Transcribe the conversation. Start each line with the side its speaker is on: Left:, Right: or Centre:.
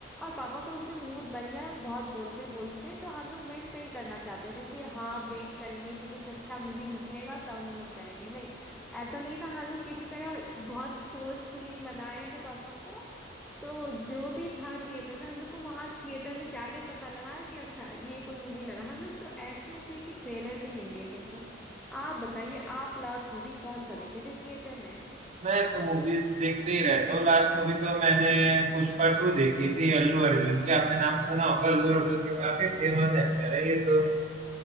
Centre: और पापा का उस दिन मूड बन गया बहुत बोलते बोलते तो हम लोग मिस नहीं करना चाहते थे कि हाँ वेट करेंगे कि कुछ अच्छा मूवी निकलेगा तब हम लोग जाएंगे नहीं ऐसा नहीं था हम लोग किसी तरह बहुत फोर्सफुली मनाए थे पापा को तो जो भी था थिएटर में हम लोग को वहां थिएटर में जाके पता लगा कि अच्छा ये कोई मूवी लगा हम लोग तो ऐसे थे कि ट्रेलर भी नहीं देखे थे आप बताइए आप लास्ट मूवी कौन सा देखे थे थिएटर में
Right: मैं तो मूवीज देखते ही रहता हूँ लास्ट मूवी तो मैंने पुष्पा टू देखी थी अल्लू अर्जुन की आपने नाम सुना होगा अल्लू अर्जुन का काफी फेमस एक्टर है ये तो